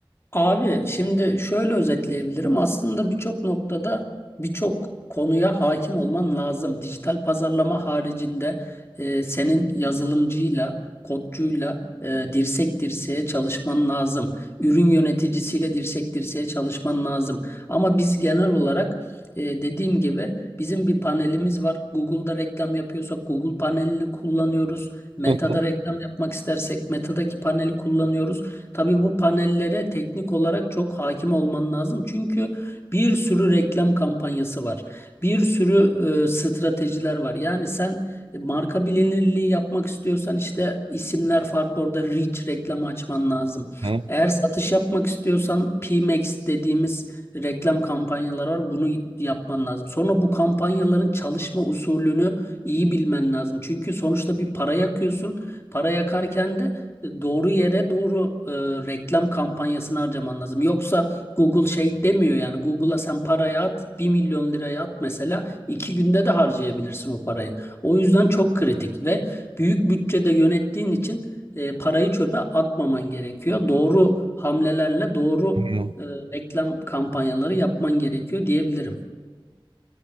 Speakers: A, on the left; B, on the right.
A: Abi şimdi şöyle özetleyebilirim. Aslında birçok noktada birçok konuya hakim olman lazım. Dijital pazarlama haricinde e, senin yazılımcıyla, kodcuyla e, dirsek dirseğe çalışman lazım. Ürün yöneticisiyle dirsek dirseğe çalışman lazım. Ama biz genel olarak e, dediğim gibi bizim bir panelimiz var. Google'da reklam yapıyorsak Google panelini kullanıyoruz. Meta'da
B: Hı hı.
A: reklam yapmak istersek Meta'daki paneli kullanıyoruz. Tabii bu panellere teknik olarak çok hakim olman lazım. Çünkü bir sürü reklam kampanyası var. Bir sürü e, stratejiler var. Yani sen e, marka bilinirliği yapmak istiyorsan işte isimler farklı orada reach reklamı açman lazım.
B: Hı
A: Eğer satış yapmak istiyorsan PMax dediğimiz reklam kampanyalar var. Bunu yapman lazım. Sonra bu kampanyaların çalışma usulünü iyi bilmen lazım. Çünkü sonuçta bir para yakıyorsun. Para yakarken de doğru yere doğru e, reklam kampanyasını harcaman lazım. Yoksa Google şey demiyor yani Google'a sen parayı at bir milyon liraya at mesela 2 günde de harcayabilirsin o parayı. O yüzden çok kritik ve büyük bütçede yönettiğin için e, parayı çöpe atmaman gerekiyor. Doğru hamlelerle doğru
B: hı.
A: e, reklam kampanyaları yapman gerekiyor diyebilirim.